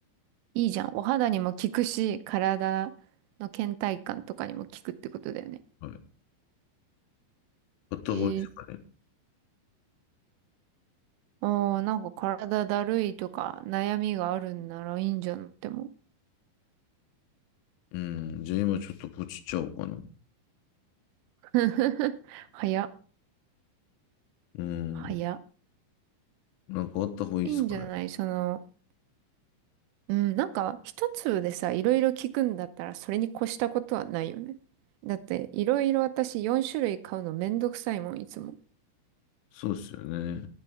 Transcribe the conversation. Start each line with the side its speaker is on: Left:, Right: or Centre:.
Right: いいじゃん。お肌にも効くし、体の倦怠感とかにも効くってことだよね。
Left: はい。あった方がいいですかね。
Right: へえ。ああ、なんか体だるいとか悩みがあるんならいいんじゃなくても。
Left: うん、じゃあ今ちょっとポチっちゃおうかな。
Right: <laughs> 早っ。
Left: うん、
Right: 早っ。
Left: なんかあった方がいいですかね。
Right: いいんじゃないその、うん、なんか一粒でさ、いろいろ聞くんだったらそれに越したことはないよね。だっていろいろ私4種類買うのめんどくさいもん、いつも。
Left: そうですよね。